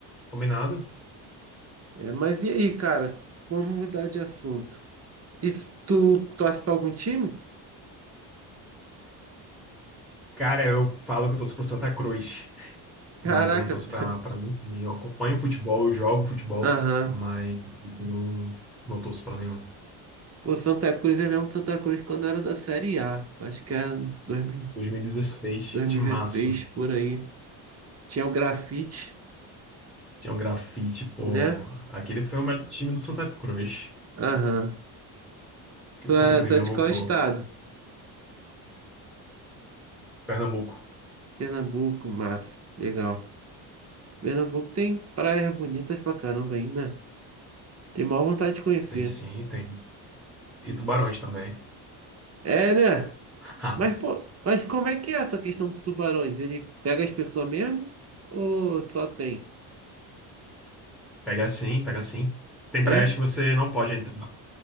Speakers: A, in the centre; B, on the right.
A: combinado.
B: É, mas e aí, cara? Vamos mudar de assunto. E se tu torce para algum time?
A: Cara, eu falo que eu torço pro Santa Cruz, mas
B: Caraca.
A: eu não torço pra, pra nenhum time. Eu acompanho futebol, eu jogo futebol,
B: Aham.
A: mas não, não torço pra nenhum.
B: O Santa Cruz, eu lembro do Santa Cruz quando era da Série A. Acho que era dois mil
A: 2016,
B: dois
A: timaço.
B: mil e 2016, por aí. Tinha o grafite,
A: Tinha um grafite, pô.
B: né?
A: Aquele foi o melhor time do Santa Cruz,
B: Aham.
A: que
B: Tu
A: o
B: é,
A: Santa Cruz
B: tu
A: já
B: é de
A: montou.
B: qual estado?
A: Pernambuco.
B: Pernambuco, massa. Legal. Pernambuco tem praias bonitas pra caramba aí, né? Tem maior vontade de conhecer.
A: Aí sim, tem. E Tubarões também.
B: É, né?
A: <laughs>
B: Mas, pô, mas como é que é essa questão dos tubarões? Ele pega as pessoas mesmo ou só tem?
A: Pega sim, pega sim. Tem
B: É?
A: praias que você não pode entrar,